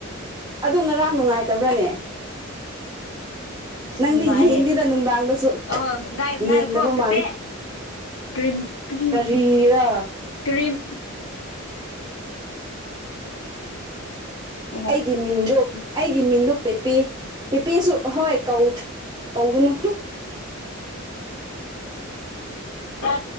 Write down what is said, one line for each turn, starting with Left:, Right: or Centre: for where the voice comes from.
Right: ꯑꯗꯨ ꯉꯔꯥꯡ ꯅꯨꯡꯉꯥꯏꯇꯕ꯭ꯔꯥꯅꯦ ꯅꯪꯗꯤ
Left: ꯅꯨꯡꯉꯥꯌꯦ
Right: ꯌꯦꯡꯗꯦꯗ ꯅꯨꯡꯗꯥꯡꯗꯁꯨ
Left: ꯑꯥ ꯉꯥꯏ ꯉꯥꯏꯌꯣꯀꯣ
Right: ꯌꯦꯡꯗꯕ
Left: ꯄꯦꯄꯦ
Right: ꯃꯥꯜꯂꯦ
Left: ꯀ꯭ꯔꯤꯝ ꯀ꯭ꯔꯤꯝ
Right: ꯀꯔꯤꯔ
Left: ꯀ꯭ꯔꯤꯝ <inaudible>
Right: ꯑꯩꯒꯤ ꯃꯤꯡꯗꯣ ꯑꯩꯒꯤ ꯃꯤꯡꯗꯣ ꯄꯦꯄꯦ ꯄꯦꯄꯦꯁꯨ ꯍꯣꯏ ꯀꯧ ꯀꯧꯒꯅꯨ
Left: ꯍꯥ